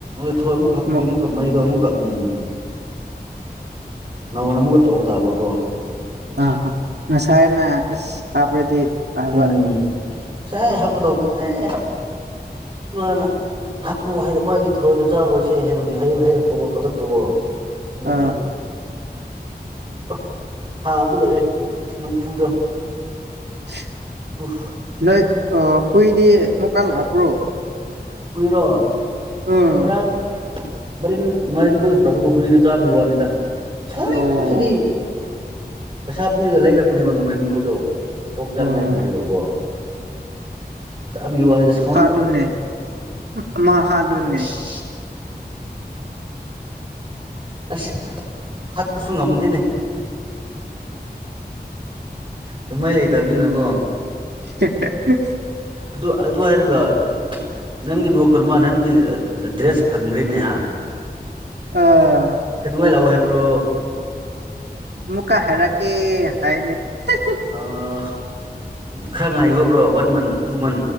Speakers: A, on the right; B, on the right.
A: ꯊꯔꯣꯏ ꯑꯃꯨꯛꯀ ꯍꯥꯞꯄꯒꯤ
B: ꯃꯨꯛ
A: ꯑꯃꯨꯛꯀ ꯃꯩꯗꯣ ꯑꯃꯨꯛꯀ ꯎꯝ ꯅꯧꯅ ꯑꯃꯨꯛꯒ ꯇꯧꯕꯗꯥꯕꯒꯣ
B: ꯑꯥ ꯉꯁꯥꯏꯅ ꯑꯁ ꯍꯥꯞꯔꯗꯤ ꯐꯕ
A: ꯎꯝ ꯁꯥꯏ ꯍꯥꯞꯀꯗꯧꯕꯅꯦ ꯑꯥꯏ ꯏꯃꯥꯅ ꯍꯥꯞꯄꯨ ꯍꯥꯏꯔꯝꯃꯒꯤ ꯊꯔꯣꯏꯗꯣ ꯆꯥꯔꯣꯏꯁꯦ ꯍꯥꯏꯕꯒꯤ ꯍꯩꯔ ꯍꯩꯔꯛꯄ ꯒꯣꯕꯗꯣ ꯇꯧꯋꯣ ꯑꯗꯨꯒꯤ
B: ꯑ
A: ꯑ ꯁꯥꯕꯗꯨ ꯂꯣꯏꯔꯦ ꯃꯩꯐꯨꯗꯣ
B: <unintelligible>
A: ꯋꯨꯐ
B: ꯅꯣꯏ ꯑ ꯍꯨꯏꯗꯤ ꯑꯃꯨꯝꯀꯥ ꯂꯥꯛꯄ꯭ꯔꯣ
A: ꯍꯨꯏꯔꯣ
B: ꯎꯝ
A: ꯉꯔꯥꯡ ꯃꯔꯤꯟ ꯃꯔꯤꯟꯒꯗ ꯄꯨꯂꯛꯂꯣ ꯍꯨꯏꯅ ꯆꯥꯕꯩ ꯋꯥꯅꯤꯗ ꯁꯥꯎꯅꯤꯡꯕꯁꯤꯗꯤ
B: ꯑꯣ
A: ꯄꯩꯁꯥ ꯄꯤꯔꯒ ꯂꯩꯔꯛꯄꯅꯦꯕ ꯃꯥꯔꯤꯟ ꯒꯗꯣ ꯑꯣꯛ ꯆꯥꯟꯅꯉꯥꯏꯒꯤ
B: ꯎꯝ
A: ꯍꯥꯏꯕꯒꯣ ꯆꯥꯕꯤ ꯋꯥꯅꯤꯗ ꯁꯥ
B: ꯍꯥꯠꯂꯨꯅꯦ ꯑꯃ ꯍꯥꯠꯂꯨꯅꯦ
A: <unintelligible> ꯑꯁ ꯍꯥꯠꯄꯁꯨ ꯉꯝꯗꯦꯅꯦ ꯇꯣꯃꯩ ꯂꯩꯇꯕꯅꯤꯅꯒꯣ
B: <unintelligible>
A: ꯑꯗꯨ ꯑꯗꯨ ꯍꯥꯏꯔꯒ ꯅꯪꯒꯤꯕꯨ ꯈꯨꯔꯨꯃꯥꯟ ꯍꯟꯒꯤ ꯑ ꯑ ꯗ꯭ꯔꯦꯁ ꯐꯪꯗꯔꯦꯅꯦ ꯍꯥ
B: ꯑꯥ
A: ꯀꯩꯗꯧꯉꯥꯏ ꯂꯥꯛꯑꯣ ꯍꯥꯏꯕ꯭ꯔꯣ
B: ꯃꯨꯀꯥ ꯍꯥꯏꯔꯛꯀꯦ ꯍꯥꯏꯅꯦ ꯍꯦꯍꯦ
A: ꯑꯣ ꯈꯔ ꯉꯥꯏꯌꯨꯗꯕ꯭ꯔꯣ ꯋꯥꯟ ꯃꯟ ꯇꯨ ꯃꯟ